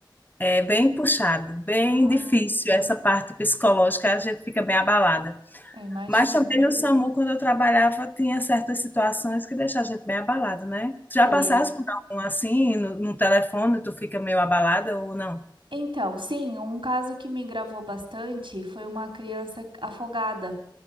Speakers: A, on the left (about 20°); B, on the right (about 80°).
A: é bem puxado, bem
B: Ah,
A: difícil essa parte psicológica, a gente fica bem abalada.
B: eu imagino.
A: Mas também no SAMU, quando eu trabalhava, tinha certas situações que deixavam a gente bem abalado, né? Já
B: Deixa.
A: passasse por algum assim, no, no telefone, tu fica meio abalada ou não?
B: Então, sim, um caso que me gravou bastante foi uma criança afogada.